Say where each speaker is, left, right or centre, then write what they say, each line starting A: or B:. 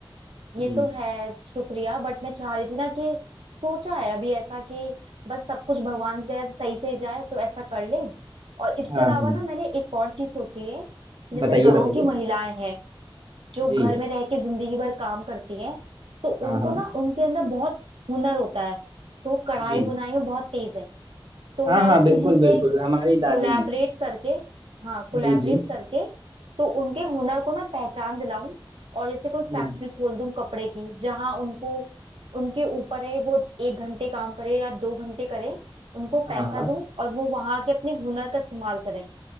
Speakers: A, on the right; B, on the right.
A: ये
B: जी
A: तो है शुक्रिया बट मैं चाह रही थी ना कि सोचा है अभी ऐसा कि बस सब कुछ भगवान की दया से सही से ही जाए तो ऐसा कर ले और इसके
B: हाँ
A: अलावा
B: हाँ
A: ना मैंने एक और चीज सोची है जैसे
B: बताइए
A: गांव
B: बताइए
A: की महिलाएं हैं जो
B: जी
A: घर में रह के जिंदगी भर काम करती हैं तो
B: हाँ
A: उनको
B: हाँ
A: ना उनके अंदर बहुत हुनर होता है तो वो कढ़ाई
B: जी
A: बुनाई में बहुत तेज है तो
B: हाँ
A: मैं
B: हाँ
A: ना किसी
B: बिल्कुल बिल्कुल
A: से
B: हमारी दादी
A: कोलैबोरेट
B: भी
A: करके हाँ कोलैबोरेट
B: जी जी
A: करके तो उनके हुनर को ना पहचान दिलाऊं और जैसे कोई फैक्ट्री
B: हम्म
A: खोल दूं कपड़े की जहां उनको उनके ऊपर है वो एक घंटे काम करे या दो घंटे करे उनको
B: हाँ
A: पैसा
B: हाँ
A: दूं और वो वहां के अपने हुनर का इस्तेमाल करें